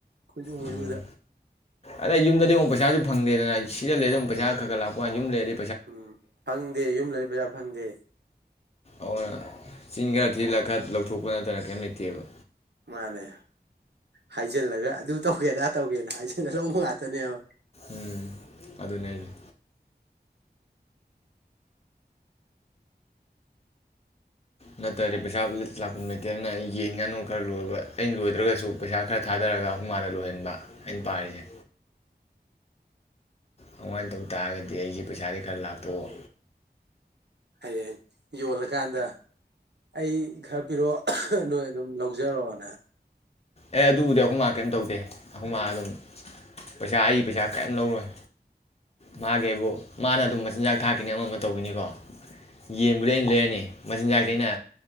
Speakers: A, on the right; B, on the left.
A: ꯈꯨꯖꯨ ꯃꯨꯖꯨꯗ
B: ꯎꯝ ꯑꯗꯩ ꯌꯨꯝꯗꯗꯤ ꯑꯃꯨꯛ ꯄꯩꯁꯥꯁꯨ ꯐꯪꯗꯦꯗꯅ ꯁꯤꯗ ꯂꯩ ꯑꯗꯨꯝ ꯄꯩꯁꯥ ꯈꯔ ꯈꯔ ꯂꯥꯛꯄ ꯋꯥꯅꯤ ꯌꯨꯝ ꯂꯩꯔ
A: ꯎꯝ ꯐꯪꯗꯦ ꯌꯨꯝ ꯂꯩꯔꯗꯤ ꯄꯩꯁꯥ ꯐꯪꯗꯦ
B: ꯅ ꯆꯤꯡ ꯈꯔ ꯊꯤꯖꯤꯜꯂꯒ ꯈꯔ ꯂꯧꯊꯣꯛꯄ ꯅꯠꯇꯅ ꯀꯔꯤꯝ ꯂꯩꯇꯦꯕ
A: ꯃꯥꯅꯦ ꯍꯥꯏꯖꯤꯜꯂꯒ ꯑꯗꯨ ꯇꯧꯒꯦ ꯑꯗꯥ ꯇꯧꯒꯦꯅ ꯍꯥꯏꯖꯤꯜꯂꯒ ꯂꯧꯕ ꯉꯥꯛꯇꯅꯦꯕ
B: ꯎꯝ ꯑꯗꯨꯅꯦ ꯑꯩꯒꯤ ꯅꯠꯇ꯭ꯔꯗꯤ ꯄꯩꯁꯥ ꯂꯥꯛꯄꯝ ꯂꯩꯇꯦ ꯑꯗꯨꯅ ꯑꯩ ꯌꯦꯟ ꯉꯥꯅꯨ ꯈꯔ ꯂꯣꯏꯕ ꯑꯩꯅ ꯂꯣꯏꯗ꯭ꯔꯒꯁꯨ ꯄꯩꯁꯥ ꯈꯔ ꯊꯥꯗꯔꯒ ꯑꯈꯣꯏ ꯃꯥꯗ ꯂꯣꯏꯍꯟꯕ ꯑꯩꯅ ꯄꯥꯔꯤꯁꯦ ꯑꯗꯨꯃꯥꯏꯅ ꯇꯧ ꯇꯥꯔꯒꯗꯤ ꯑꯩꯁꯦ ꯄꯩꯁꯥꯗꯤ ꯈꯔ ꯂꯥꯛꯇꯧꯕ
A: ꯍꯌꯦꯡ ꯌꯣꯜꯂꯀꯥꯟꯗ ꯑꯩ ꯈꯔ ꯄꯤꯔꯛꯑꯣ ꯅꯣꯏ ꯑꯗꯨꯝ ꯂꯧꯖꯔꯣꯅ
B: ꯑꯦ ꯑꯗꯨꯕꯨꯗꯤ ꯑꯩꯈꯣꯏ ꯃꯥ ꯀꯔꯤꯝ ꯇꯧꯗꯦ ꯑꯩꯈꯣꯏ ꯃꯥ ꯑꯗꯨꯝ ꯄꯩꯁꯥ ꯑꯩ ꯄꯩꯁꯥ ꯀꯔꯤꯝ ꯂꯧꯔꯣꯏ ꯃꯥꯒꯤ ꯍꯥꯏꯕꯨ ꯃꯥꯅ ꯑꯗꯨꯝ ꯃꯆꯤꯟꯖꯥꯛ ꯊꯥꯛꯀꯤꯅꯤ ꯑꯃ ꯑꯃ ꯇꯧꯈꯤꯅꯤꯀꯣ ꯌꯦꯟꯕꯨꯗꯤ ꯑꯩꯅ ꯂꯩꯔꯅꯤ ꯃꯆꯤꯟꯖꯥꯛꯁꯦ ꯑꯩꯅ